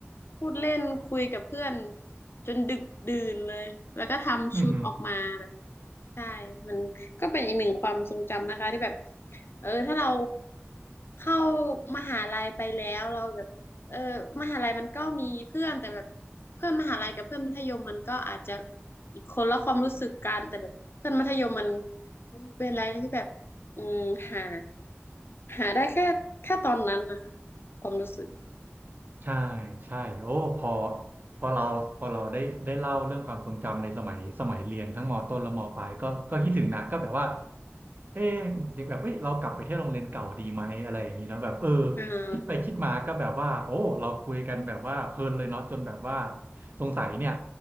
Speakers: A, on the left; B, on the right.
A: พูดเล่นคุยกับเพื่อนจนดึกดื่นเลยแล้วก็ทำชุดออกมา
B: ืม
A: ใช่มันก็เป็นอีกหนึ่งความทรงจำนะคะที่แบบเออถ้าเราเข้ามหาลัยไปแล้วเราแบบเออมหาลัยมันก็มีเพื่อนแต่แบบเพื่อนมหาลัยกับเพื่อนมัธยมมันก็อาจจะอีกคนละความรู้สึกกันแต่แบบเพื่อนมัธยมมันเป็นอะไรที่แบบอืมหาหาได้แค่แค่ตอนนั้นนะคะความรู้สึก
B: ใช่ใช่โอ้พอพอเราพอเราได้ได้เล่าเรื่องความทรงจำในสมัยสมัยเรียนทั้งมต้นและมปลายก็ก็คิดถึงนะก็แบบว่าเอ๊ะเด็กแบบเอ้ยเรากลับไปเที่ยวโรงเรียนเก่าดีไหมอะไรอย่างนี้แล้วแบบเออ
A: อ่า
B: คิดไปคิดมาก็แบบว่าโอ้เราคุยกันแบบว่าเพลินเลยเนาะจนแบบว่าสงสัยเนี่ย